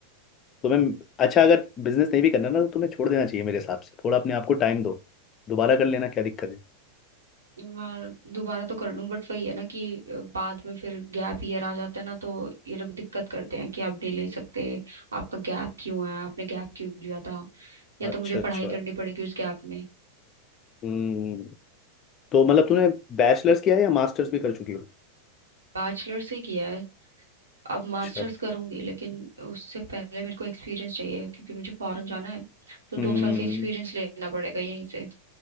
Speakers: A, on the left; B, on the right.
A: तुम्हें अच्छा अगर बिजनेस नहीं भी करना ना तो तुम्हें छोड़ देना चाहिए मेरे हिसाब से थोड़ा अपने आप को टाइम दो दोबारा कर लेना क्या दिक्कत है
B: और दोबारा तो कर लूं बट वही है ना कि अ, बाद में फिर गैप ईयर आ जाता है ना तो ये लोग दिक्कत करते हैं कि आप नहीं ले सकते आपका गैप क्यों है आपने गैप क्यों लिया था या तो
A: अच्छा
B: मुझे
A: अच्छा
B: पढ़ाई करनी पड़ेगी उस गैप में
A: हम्म तो मतलब तूने बैचलर्स किया है या मास्टर्स भी कर चुकी हो
B: बैचलर से किया है अब मास्टर्स
A: अच्छा
B: करूंगी लेकिन उससे पहले मेरे को एक्सपीरियंस चाहिए क्योंकि मुझे फॉरेन जाना है तो दो
A: हम्म
B: साल का एक्सपीरियंस लेना पड़ेगा यहीं से